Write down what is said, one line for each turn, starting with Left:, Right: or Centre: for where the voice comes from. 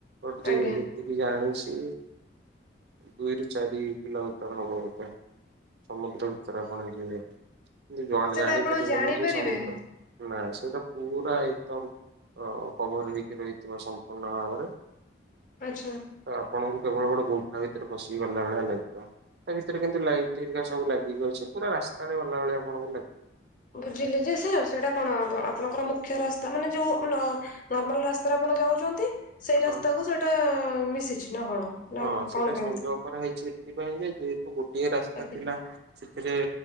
Right: ବଟ ଜେ
Left: ଆଜ୍ଞା।
Right: ଟିକେ ଜାଣିଛି ଦୁଇରୁୁ ଚାରି କିଲୋମିଟର ହବ ବୋଧେ। ସମୁଦ୍ର ଭିତରେ
Left: ଓହୋ।
Right: ଆପଣ ଯିବେ କିନ୍ତୁ
Left: ସେଟା
Right: ଜାଣିପାରିବେନି
Left: ଆପଣ ଜାଣିପାରିବେ
Right: ଯେ ସମୁଦ୍ର ନା ସେଇଟା ପୁରା ଏକଦମ ଅ କଭର ହେଇକି ରହିଥିବା ସମ୍ପୂର୍ଣ୍ଣ ଭାବରେ
Left: ଆଚ୍ଛା।
Right: ତ ଆପଣଙ୍କୁ କେବଳ ଗୋଟେ ଗୁମ୍ଫା ଭିତରେ ପଶିକି ଗଲା ଭଳିଆ ଲାଗିବ। ତା ଭିତରେ କିନ୍ତୁ ଲାଇଟ୍ ହୋ ସବୁ ଲାଗି ଠିକ୍ କହିଛ ପୁରା ରାସ୍ତାରେ ଭଲା ଭଳି ଆପଣଙ୍କୁ ଲାଗିବ।
Left: ବୁଝିଲି ଯେ ସାର୍ ସେଇଟା କଣ ଆପଣଙ୍କର ମୁଖ୍ୟ ରାସ୍ତା ମାନେ ଯୋଉ ମାନେ ନ ନର୍ମାଲ ରାସ୍ତାରେ ଆପଣ ଯାଉଛନ୍ତି ସେଇ
Right: ହଁ
Left: ରାସ୍ତାକୁ ସେଇଟା ମିଶିଛି ନା କଣ?
Right: ହଁ
Left: ନା
Right: ସେଇଟା
Left: କଣ କେମିତି?
Right: ସଂଯୋଗ କରାହେଇଛି ଏଥିପାଇଁ ଯେ ଯେହେତୁ ଗୋଟିଏ ରାସ୍ତା
Left: ଆଜ୍ଞା
Right: ଥିଲା। ସେଥିରେ